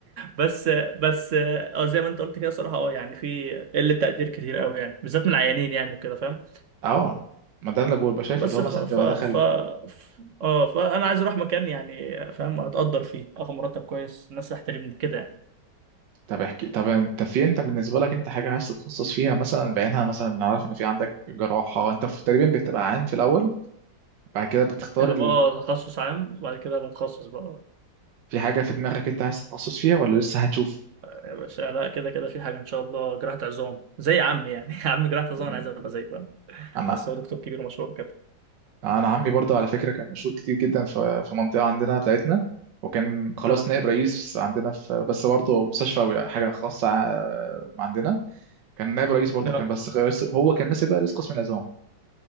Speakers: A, on the right; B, on the right.
A: بس بس اه زي ما انت قلت كده صراحه اه يعني في قله تقدير كتير قوي يعني بالذات من العيانين يعني وكده فاهم.
B: اه ما ده اللي ببقى شايفه
A: بس
B: اللي هو
A: ف
B: مثلا
A: ف
B: تبقى دخل
A: ف ف- اه فانا عايز اروح مكان يعني فاهم اتقدر فيه اخد مرتب كويس الناس تحترمني كده
B: طب احكي طب انت في انت بالنسبه لك انت حاجه عايز تتخصص فيها مثلا بعينها مثلا انا عارف ان في عندك جراحه انت في تقريبا بتبقى عام في الاول بعد كده بتختار
A: يعني ببقى اه تخصص عام وبعد كده بتخصص بقى
B: في حاجة في دماغك انت عايز تتخصص فيها ولا لسه هتشوف
A: يا باشا لا كده كده في حاجه ان شاء الله جراحه عظام زي عمي يعني <laughs> عمي جراحه عظام
B: مم.
A: انا عايز ابقى زيه فاهم
B: انا
A: بس هو دكتور كبير مشهور كده
B: انا عمي برضو على فكرة كان مشهور كتير جدا في في منطقة عندنا بتاعتنا وكان خلاص
A: اه
B: نائب رئيس عندنا في بس برضه مستشفى أو حاجة خاصة ع- عندنا كان نائب رئيس برضه
A: اه
B: كان بس رئيس هو كان ماسك بقى رئيس قسم العظام